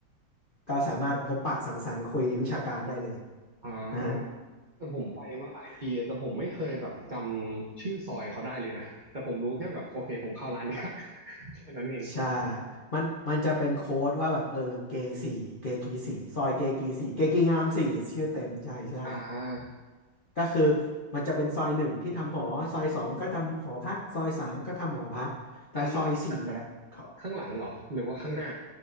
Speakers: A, on the left; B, on the right.
A: ก็สามารถพบปะสังสรรค์คุยวิชาการได้เลย
B: อ่าแต่ผมไปมาหลายทีแต่ผมไม่เคยแบบจำชื่อซอยเขาได้เลยนะแต่ผมรู้แค่แบบโอเคผมเข้าร้านเนี้ย
A: นะฮะ <laughs>
B: <laughs> แค่นั้นเอง
A: ใช่มันมันจะเป็นโค้ดว่าแบบเออเกสี่เกกีสี่ซอยเกกีสี่เกกีงามสี่ชื่อเต็มใช่ใช่
B: อ่า
A: ก็คือมันจะเป็นซอยหนึ่งที่ทำหอซอยสองก็ทำหอพักซอยสามก็ทำหอพักแต่ซอยสี่อ่ะเขา
B: อันนี้นับจากแบบ ข้างหลังเหรอหรือว่าข้างหน้า